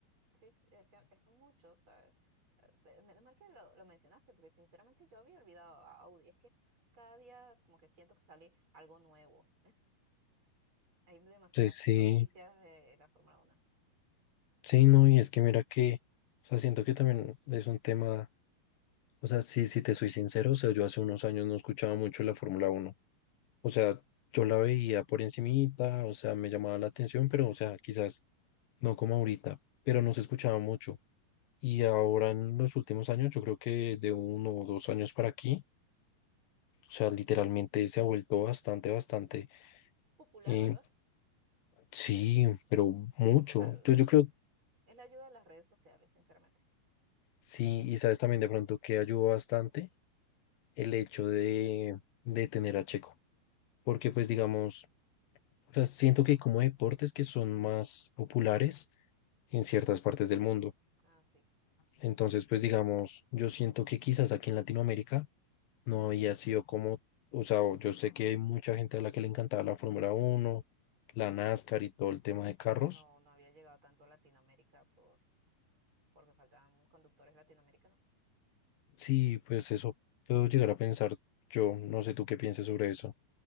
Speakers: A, on the right; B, on the left.
A: Sí, sí, es que es que mucho, ¿sabes? Eh, eh, Menos mal que lo, lo mencionaste, porque sinceramente yo había olvidado a Audi. Es que cada día como que siento que sale algo nuevo. Hay demasiadas
B: Entonces, sí,
A: noticias de la Fórmula Uno
B: sí, no, y es que mira que, o sea, siento que también es un tema, o sea, sí, si te soy sincero, o sea, yo hace unos años no escuchaba mucho la Fórmula Uno o sea, yo la veía por encimita, o sea, me llamaba la atención,
A: Sí.
B: pero, o sea, quizás no como ahorita, pero no se escuchaba mucho. Y ahora en los últimos años, yo creo que de uno o dos años para aquí, O sea, literalmente se ha vuelto bastante, bastante.
A: Popular,
B: Y
A: ¿verdad?
B: sí, pero mucho.
A: O sea,
B: Yo, yo
A: es
B: creo,
A: es la ayuda de las redes sociales, sinceramente.
B: sí, y sabes también de pronto que ayudó bastante el hecho de, de tener a Checo. Porque pues digamos, o sea, siento que hay como deportes que son más populares en ciertas partes del mundo.
A: Ah, sí.
B: Entonces, pues digamos, yo siento que quizás aquí en Latinoamérica no había sido como, o sea, yo sé que hay mucha gente a la que le encantaba la Fórmula Uno la NASCAR y todo el tema de carros
A: Pero no, no había llegado tanto a Latinoamérica por, porque faltaban conductores latinoamericanos.
B: Sí, pues eso puedo llegar a pensar yo, no sé tú qué pienses sobre eso.